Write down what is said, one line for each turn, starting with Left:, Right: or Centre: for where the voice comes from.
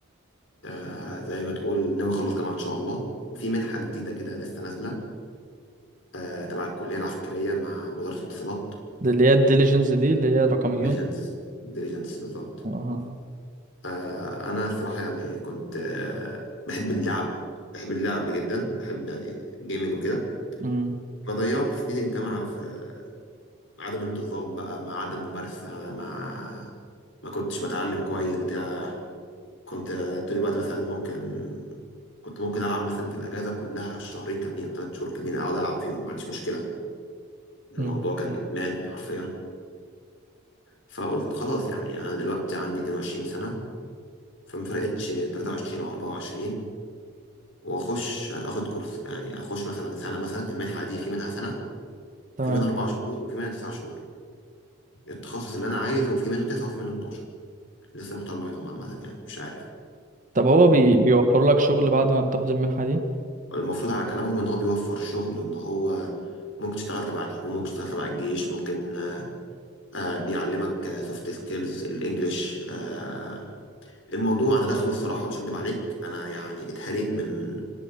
Left: آه، زي ما تقول ناوي اخلص جامعه ان شاء الله وفي منحه جديده كده لسه نازله آه، تبع الكليه العسكريه مع وزاره الاتصالات
Right: دي اللي هي الديليجنس دي اللي هي رقميون
Left: ديليجنس ديليجنس بالظبط
Right: اه
Left: آه، انا الصراحه يعني كنت آه، بحب اللعب بحب اللعب جدا بحب يعني جيمنج وكده
Right: امم
Left: فضيعت سنين الجامعه في عدم انتظام بقى مع عدم ممارسه مع ما كنتش بتعلم كويس بتاع كنت آه، طول الوقت مثلا ممكن كنت ممكن العب مثلا في الاجازه كلها شهرين كاملين أو ثلاث شهور كاملين اقعد العب فيهم ما عنديش مشكله الموضوع
Right: امم
Left: كان ادمان حرفيا فقلت خلاص يعني انا دلوقتي عندي 22 سنه فما فرقتش 23 او 24 واخش اخد كورس يعني اخش مثلا سنه مثلا المنحه دي في منها سنه
Right: تمام
Left: في منها اربع شهور وفي منها تسع شهور التخصص اللي انا عايزه وفي منه تسعه وفي منه 12 لسه محتار ما بينهم عامه يعني مش عارف
Right: طب هو بي... بيوفر لك شغل بعد ما بتاخد المنحة دي
Left: المفروض على كلامهم ان هو بيوفر شغل ان هو ممكن تشتغل تبع الحكومه ممكن تشتغل تبع الجيش ممكن آه، بيعلمك سوفت سكيلز الانجليش آه، الموضوع انا داخله الصراحه مش هكدب عليك انا يعني اتهريت من